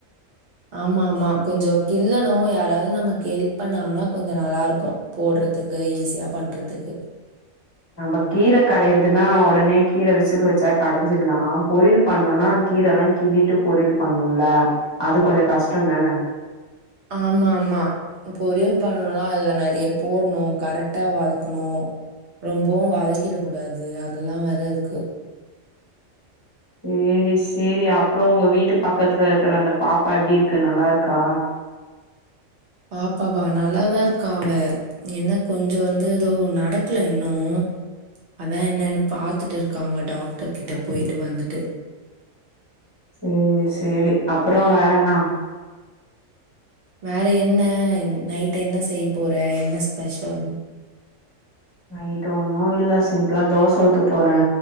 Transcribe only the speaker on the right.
ஆமா ஆமா கொஞ்ச கிள்ளணு யாராவது நமக்கு ஹெல்ப் பண்ணாங்கனா கொஞ்ச நல்லா இருக்கு போட்றதுக்கு ஈஸியா பண்றதுக்கு
ஆமா ஆமா பொரியல் பண்ணுனா அதுல நெறைய போடணு கரெக்டா வதக்கணு ரொம்பவு வதக்கிட கூடாது அதெல்லா வேற இருக்கு
பாப்பாவா நல்லாதா இருக்கா அவ என்ன கொஞ்சோ வந்து எதோ நடக்ல இன்னு அதா என்னன்னு பாத்துட்டு இருக்காங்க டாக்டர் கிட்ட போயிட்டு வந்துட்டு
வேற என்ன நைட் என்ன செய்ய போற என்ன ஸ்பெஷல்